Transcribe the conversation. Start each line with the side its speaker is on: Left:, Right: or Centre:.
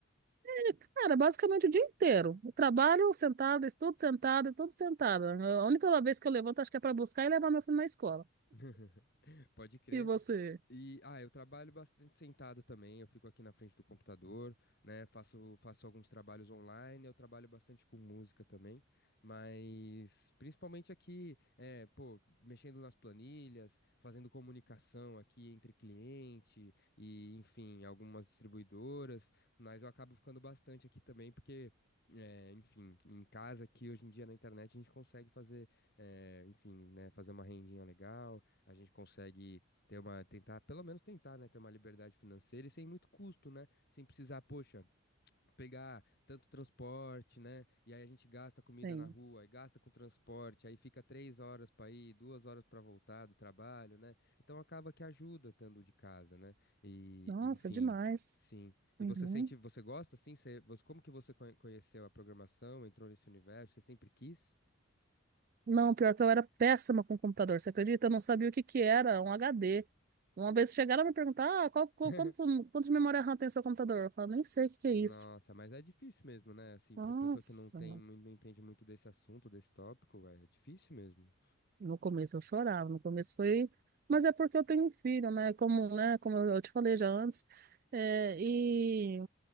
Right: E, Cara, basicamente o dia inteiro. Eu trabalho sentado, estudo sentado, e tudo sentado. A única vez que eu levanto, acho que é para buscar e levar meu filho na escola.
Left: <laughs> Pode crer.
Right: E você?
Left: E, ah, eu trabalho bastante sentado também, eu fico aqui na frente do computador, né? Faço, faço alguns trabalhos online, eu trabalho bastante com música também, mas principalmente aqui, é, pô, mexendo nas planilhas, fazendo comunicação aqui entre cliente e, enfim, algumas distribuidoras, mas eu acabo ficando bastante aqui também, porque. é, enfim, em casa aqui hoje em dia na internet a gente consegue fazer, é, enfim, né, fazer uma rendinha legal, a gente consegue ter uma, tentar, pelo menos tentar, né, ter uma liberdade financeira e sem muito custo, né, sem precisar, poxa, pegar tanto transporte, né, e aí a gente gasta comida
Right: Tem.
Left: na rua, aí gasta com transporte, aí fica três horas para ir, duas horas para voltar do trabalho, né, então acaba que ajuda estando de casa, né, e
Right: Nossa,
Left: e, enfim.
Right: demais.
Left: Sim. E
Right: Uhum.
Left: você sente, você gosta, assim? Você, você- como que você conhe- conheceu a programação, entrou nesse universo? Você sempre quis?
Right: Não, pior que eu era péssima com computador, você acredita? Eu não sabia o que que era um HD. Uma vez chegaram a me perguntar, ah, qual, qual,
Left: <laughs>
Right: quantos, quantos de memória RAM tem o seu computador? Eu falo, nem sei o que que
Left: Nossa,
Right: é isso.
Left: mas é difícil mesmo, né? Assim,
Right: Nossa.
Left: pra pessoa que não tem, mui- não entende muito desse assunto, desse tópico, é difícil mesmo.
Right: No começo eu chorava, no começo foi, mas é porque eu tenho um filho, né? Como, né? Como eu eu te falei já antes. É, e